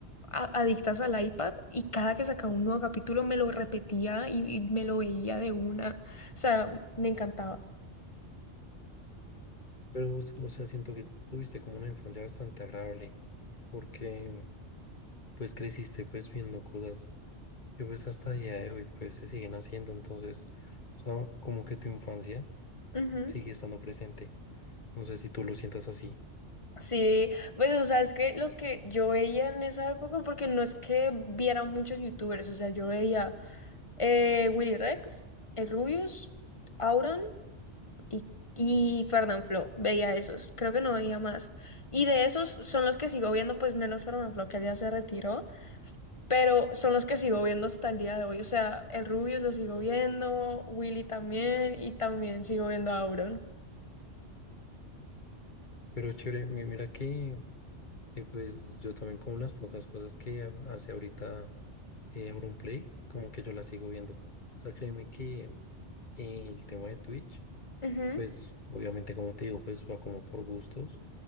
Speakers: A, on the left; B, on the left.
A: a- adictas al iPad y cada que sacaba un nuevo capítulo me lo repetía y, y me lo veía de una. O sea, me encantaba.
B: Pero, o s- o sea, siento que tuviste como una infancia bastante agradable, porque pues creciste pues viendo cosas que pues hasta el día de hoy pues se siguen haciendo. Entonces, o sea, como que tu infancia.
A: Ujú.
B: sigue estando presente. No sé si tú lo sientas así,
A: Sí, pues o sea, es que los que yo veía en esa época, porque no es que viera muchos youtubers, o sea, yo veía eh, Willy Rex, el Rubius, Auron y, y Fernanfloo, veía esos, creo que no veía más. Y de esos son los que sigo viendo, pues menos Fernanfloo, que ya se retiró, pero son los que sigo viendo hasta el día de hoy, o sea, el Rubius lo sigo viendo, Willy también, y también sigo viendo a Auron.
B: pero chévere, mi- mira que, que pues yo también con las pocas cosas que ha- hace ahorita eh, Auronplay, como que yo las sigo viendo. O sea, créeme que el tema de Twitch,
A: Ujú,
B: pues obviamente como te digo, pues va como por gustos,